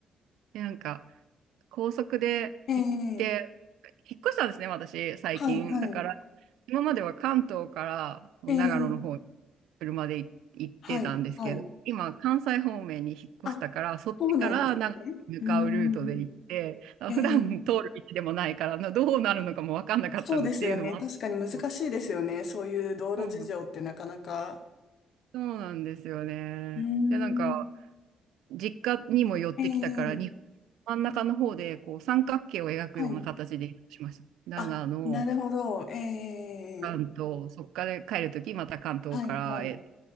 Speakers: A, on the right; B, on the left.
A: で、なんか、高速で行って、
B: ええ
A: 引っ越したんですね、私、最近。
B: はい、はい。
A: だから、今までは関東から長野の方に
B: ええ
A: 車でい行ってたんですけど、
B: はい、はい。
A: 今、関西方面に引っ越したから、
B: あ、
A: そっちから長野に向かうルートで行って、
B: そうなんですね。うーん。
A: あ普段通る道でもないから、
B: ええ
A: などうなるのかも分かんなかったっていうのもあったんですけど
B: そうですよね。確かに難しいですよね。そういう道路事情ってなかなか。
A: そうなんそうなんですよね。
B: うー
A: で、なんか、
B: ん。
A: 実家にも寄ってきたから、
B: ええ
A: に真ん中の方でこう三角形を描くような形で移動しました。
B: はい。
A: 長野、
B: あ、なるほど。え
A: 関東、
B: え
A: そこから帰るとき、また関東から、
B: はい、はい。
A: え、